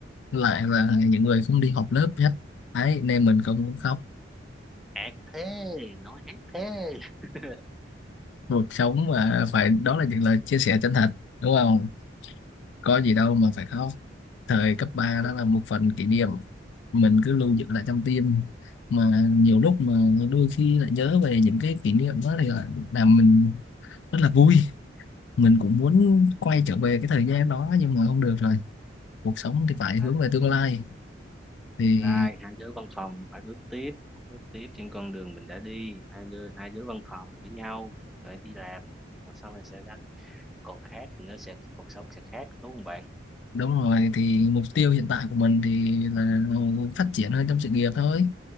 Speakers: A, on the left; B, in the centre.
A: lại là những người không đi học lớp hết đấy nên mình cũng muốn khóc
B: ác thế nói ác thế <laughs>
A: cuộc sống mà
B: Ờ,
A: phải đó là những lời chia sẻ chân thật đúng không có gì đâu mà phải khóc thời cấp 3
B: đúng
A: đó là
B: rồi
A: một phần kỷ niệm mình cứ lưu giữ lại trong tim mà nhiều lúc mà đôi khi lại nhớ về những cái kỷ niệm đó thì là làm mình rất là vui mình cũng muốn quay trở về cái thời gian đó nhưng mà không được rồi cuộc sống thì phải
B: Và
A: hướng về tương lai thì
B: tương lai hai đứa văn phòng phải bước tiếp bước tiếp trên con đường mình đã đi hai đứa hai đứa văn phòng với nhau phải đi làm còn sau này sẽ gánh còn khác thì nó sẽ cuộc sống sẽ khác đúng không bạn
A: đúng rồi thì mục tiêu hiện tại của mình thì là phát triển hơn trong sự nghiệp thôi